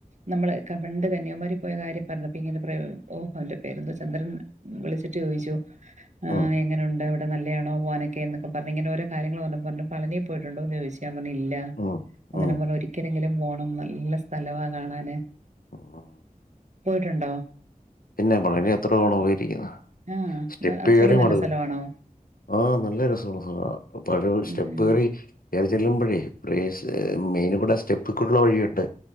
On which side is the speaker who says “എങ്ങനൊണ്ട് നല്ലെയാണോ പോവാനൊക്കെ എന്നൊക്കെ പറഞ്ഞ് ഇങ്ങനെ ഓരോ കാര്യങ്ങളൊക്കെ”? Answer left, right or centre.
Right